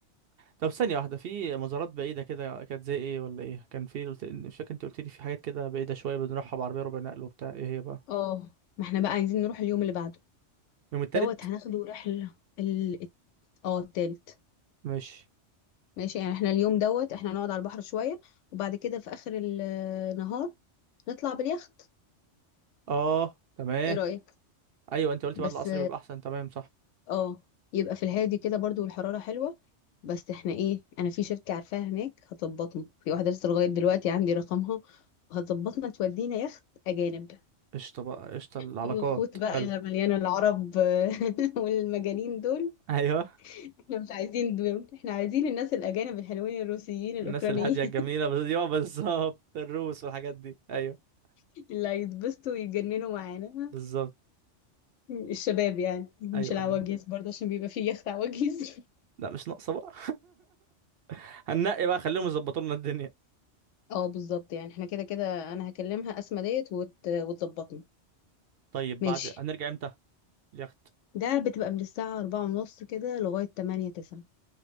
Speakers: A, on the right (about 60°); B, on the left (about 80°).
A: <laughs> طب ثانية واحدة في مزارات بعيدة كده كانت زي ايه ولا ايه كان في قلت مش فاكر انت قلت لي في حاجات كده بعيدة شوية بنروحها بعربية ربع نقل وبتاع ايه هي بقى
B: اه ما احنا بقى عايزين نروح اليوم اللي بعده
A: يوم التالت
B: دوت هناخده رحلة ال اه التالت
A: ماشي
B: ماشي يعني احنا اليوم دوت احنا هنقعد على البحر شوية وبعد كده في اخر النهار نطلع باليخت
A: اه تمام
B: ايه رأيك
A: ايوه انت قلتي
B: بس
A: بعد العصر بيبقى احسن تمام صح
B: اه يبقى في الهادي كده برضو والحرارة حلوة بس احنا ايه انا في شركة عارفاها هناك هتظبطنا في واحدة لسه لغاية دلوقتي عندي رقمها هتظبطنا تودينا يخت اجانب
A: قشطه بقى قشطه العلاقات
B: في يخوت بقى
A: حلو <laughs>
B: مليانة العرب <laughs> والمجانين دول
A: ايوه
B: احنا مش عايزين دول احنا عايزين الناس الأجانب الحلوين الروسيين الأوكرانيين
A: الناس الهاديه الجميله بس ايوه بالظبط الروس والحاجات دي ايوه
B: <laughs> اللي هيتبسطوا ويتجننوا معانا
A: بالظبط
B: الشباب يعني مش
A: ايوه
B: العواجيز
A: ايوه
B: برضه عشان بيبقى فيه يخت عواجيز <laughs>
A: لا مش ناقصه بقى <laughs> هننقي بقى خليهم يظبطوا لنا الدنيا
B: اه بالظبط يعني احنا كده كده انا هكلمها اسمى ديت وت... وتظبطني
A: طيب
B: ماشي
A: بعد هنرجع امتى اليخت
B: ده بتبقى من الساعة أربعة ونص كده لغاية تمانية تسعة